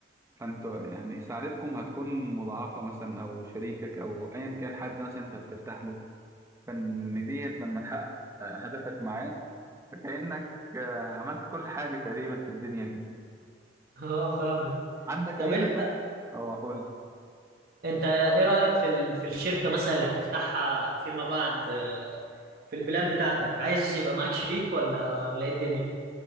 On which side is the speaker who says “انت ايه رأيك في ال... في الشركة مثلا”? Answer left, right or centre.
Right